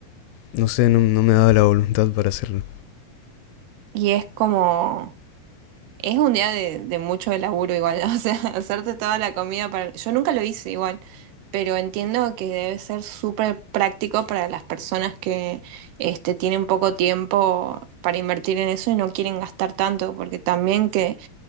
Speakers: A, on the left; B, on the right.
A: no sé, no, no me daba la voluntad para hacerlo.
B: Y es como, Es un día de, de mucho laburo igual, <laughs> O sea, hacerte toda la comida para... Yo nunca lo hice igual, pero entiendo que debe ser súper práctico para las personas que este, tienen poco tiempo para invertir en eso y no quieren gastar tanto, porque también que